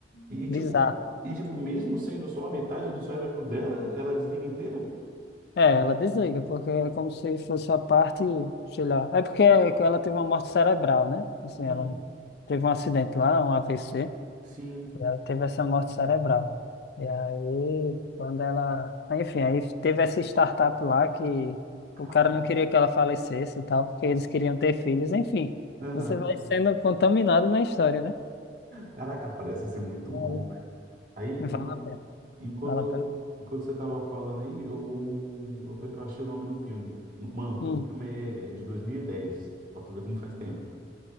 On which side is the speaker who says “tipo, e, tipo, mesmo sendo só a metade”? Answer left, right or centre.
Right